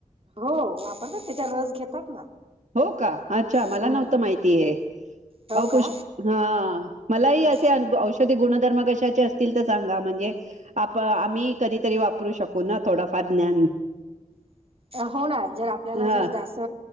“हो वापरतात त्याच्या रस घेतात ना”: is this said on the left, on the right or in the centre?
Right